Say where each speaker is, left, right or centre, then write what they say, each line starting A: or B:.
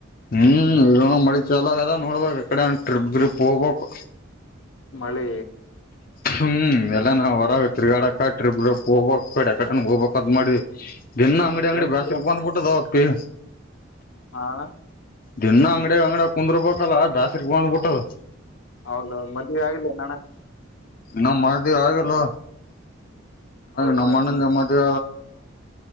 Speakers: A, on the left; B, on the left.
A: ಹ್ಮ್ ಇ ಮಳಿಲ ಅದ ನೋಡ್ಬೇಕಕ್ಕಡೆ ಟ್ರಿಪ್ ಗ್ರಿಪ್ ಹೋಗ್ಬೇಕು
B: ಮಳೆ
A: ಹ್ಮ್ ಎಲ್ಲ ನಾವು ಹೊರಾಗ ತಿರ್ಗಾಡಕ ಟ್ರಿಪ್ ಗ್ರಿಪ್ <unintelligible> ಆಕಡೆ ಹೋಗ್ಬೇಕ ಅಂತ್ ಮಾಡಿ ದಿನ್ನ ಅಂಗಡಿ
B: ಫ್ರೆಂಡ್ಸ್
A: ಅಂಗಡಿ ಬಾ ತಿರ್ಗುವ ಅಂದ್ಬಿಟ್ಟದ ಅಪ್ಪಿ
B: ಹಾ ಅಣ
A: ದಿನ ಅಂಗಡಿ ಅಂಗಡಿಯಾಗ್ ಕುಂದುರ್ಬೇಕಲ್ಲ ಬ್ಯಾಸ್ರಿಗೆ ಬಂದ್ ಬಿಟ್ಟದು
B: ಹೌದೌದು ಮದ್ವೆ ಆಗಿಲ್ಲೇನ್ ಅಣ
A: ನಮ್ ಮದ್ವೆ ಆಗಿಲ್ಲ
B: ಹೌದಾ
A: ನಮ್ಮಣ್ಣಂದ ಮದ್ವೇ